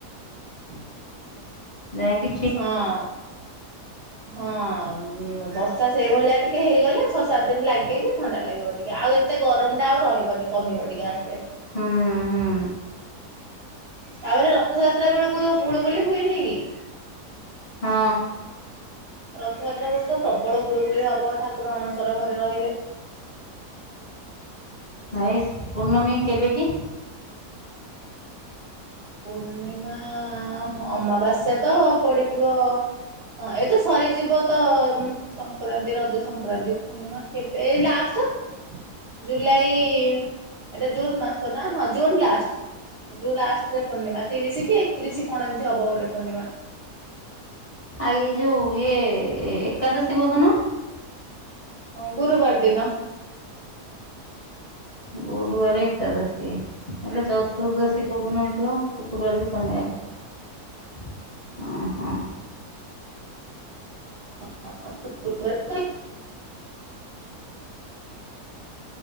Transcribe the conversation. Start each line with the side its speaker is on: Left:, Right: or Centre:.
Right: <inaudible>
Left: ନାଇଁ କି
Right: ହଁ ହଁ। ଉଁ ବର୍ଷା ସେଇଭଳିଆ ଟିକେ ହେଇଗଲେ ଛଅ ସାତ ଦିନ ଲାଗିକି ଥଣ୍ଡା ଲାଗିବ ଟିକେ ଆଉ ଏତେ ଗରମ ଟା ଆଉ ରହିବନି। କମିବ ଟିକେ ଆସ୍ତେ।
Left: ହୁଁ ହୁଁ
Right: ତାପରେ ରଥଯାତ୍ରା ବେଳକୁ ଯୋ ଗୁଳୁଗୁଳି ହୁଏନି କି।
Left: ହଁ।
Right: ରଥଯାତ୍ରା ବେଳକୁ ତ ପ୍ରବଳ ଗୁଳୁଗୁଳି ହବ ଠାକୁର ଅଣଶର ଘରେ ରହିବେ।
Left: ହାଏସ୍ ପୂର୍ଣ୍ଣମୀ କେବେ କି?
Right: ପୂର୍ଣ୍ଣିମା ଅ ଅମାବାସ୍ୟା ତ ପଡି଼ବ ହଁ ଏତ ସରିଯିବ ତ ସଂକ୍ରାନ୍ତି ରଜ ସଂକ୍ରାନ୍ତି ତ। ପୂର୍ଣିମା କେବେ ଏ ଲାଷ୍ଟ। ଜୁଲାଇ ଏଟା ଜୁନ୍ ମାସ ନାଁ ହଁ ଜୁନ୍ ଲାଷ୍ଟ। ଜୁନ ଲାଷ୍ଟରେ ପୂର୍ଣ୍ଣିମା ତିରିଶ କି ଏକତିରିଶ କଣ ଏମତି ହବ ଗୋଟେ ପୂର୍ଣ୍ଣିମା।
Left: ଆଉ ଏ ଯୋ ଇଏ ଏ ଏକାଦଶୀ କୋଉଦିନ?
Right: ହଁ ଗୁରୁବାର ଦିନ।
Left: ଗୁରୁବାରେ ଏକାଦଶୀ ହେଲେ ଚ ଚତୁର୍ଦ୍ଦଶୀ କଉଁଦିନ ହେଇଥିବ ଶୁକ୍ରବାର କି ଶନିବାର ହଁ ହଁ।
Right: <unintelligible>